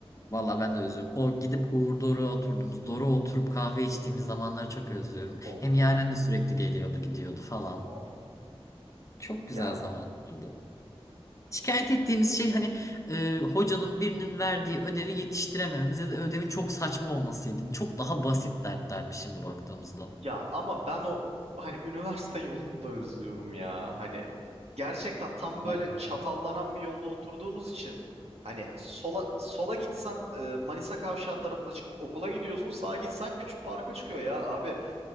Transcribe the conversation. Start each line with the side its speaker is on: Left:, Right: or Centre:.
Left: Valla ben de özlüyorum. O gidip Uğur Doruk'a oturduğumuz, Doruk'a oturup kahve içtiğimiz zamanları çok özlüyorum. Hem
Right: Of
Left: Yaren de sürekli geliyordu, gidiyordu falan.
Right: of
Left: Çok
Right: ya.
Left: güzel zamanlardı. Şikayet ettiğimiz şey hani e, hocanın birinin verdiği ödevi yetiştiremememiz ya da ödevin çok saçma olmasıydı. Çok daha basit dertlermiş şimdi baktığımızda.
Right: Ya ama ben o hani üniversite yolunu da özlüyorum ya. Hani gerçekten tam böyle
Left: Evet.
Right: çatallanan bir yolda oturduğumuz için hani sola sola gitsen e, Manisa Kavşağı tarafına çıkıp okula gidiyorsun. Sağa gitsen Küçük Park'a çıkıyor ya abi.